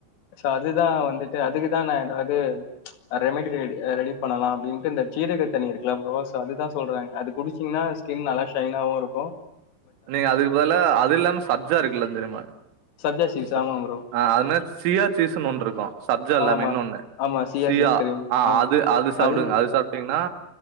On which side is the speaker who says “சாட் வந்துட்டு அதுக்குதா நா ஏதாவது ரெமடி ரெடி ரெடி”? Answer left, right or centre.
Left